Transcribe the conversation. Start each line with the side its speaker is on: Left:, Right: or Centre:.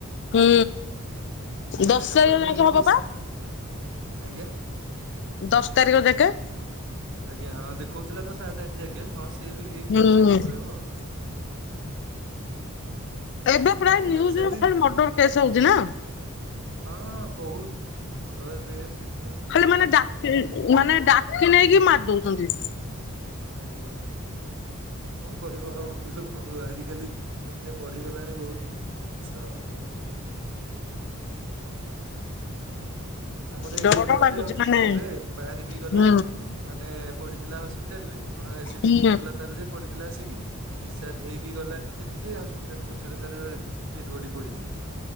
Left: ହୁଁ ଦଶ
Right: ଭାଇନା
Left: ତାରିଖ
Right: ପଳେଇଲେଣି
Left: ଯାଙ୍କେ
Right: ଅଫିସ
Left: ହବ ପା।
Right: ଆଜ୍ଞା।
Left: ଦଶ ତାରିଖ ଜାକେ।
Right: ଆଜ୍ଞା ହଁ ଦେଖଉଥିଲା ତ ସାତ ଆଠ ଜାକେ ହଁ ସିଏ ବି ସେଇ
Left: ହୁଁ।
Right: ଦଶ ଜାକେ ପଳେଇବ ଆଉ।
Left: ଏବେ ପ୍ରାୟ
Right: ଆପଣ
Left: ନିୟୁଜ
Right: ଖାଇସାରିଲେଣି
Left: ରେ ଖାଲି ମର୍ଡର କେସ୍ ହଉଛି ନା
Right: ହଁ ବହୁତ, ମଡର ରେଫେ କି
Left: ଖାଲି ମାନେ ଡାକି ମାନେ ଡାକି ନେଇକି ମାରି ଦଉଛନ୍ତି।
Right: ଆଜ୍ଞା। କଣ କହିବ ଆଉ ଲୋକଙ୍କୁ ଆଜିିକାଲି ଏମିତିଆ ବଢିଗଲାଣି ବହୁତ ଜିନିଷ ଷ ଆଉ କଣ କରିବ? ଆମର ଏଇଠି
Left: ଡର
Right: ପୁରା
Left: ଲାଗୁଛି
Right: ଗୋଟେ ହସ୍ପିଟାଲ
Left: ମାନେ
Right: ରେ ବାହାରିକି ଗଲା
Left: ହୁଁ ହୁଁ
Right: ମାନେ ପଡିଥିଲା ହସ୍ପିଟାଲ ରେ କଣ ଏସିଡିଟି
Left: ହୁଁ
Right: ହେଇଥିଲା ତାର ଯେ ପଡିଥିଲା ଆସିକି ଡିସିଚାର୍ଜ ହେଇକି ଗଲା ନିଜେ ନିଜେ ହସ୍ପିଟାଲ ପଛରେ ତାର ଡେଡ ବଡି ପଡିଛି।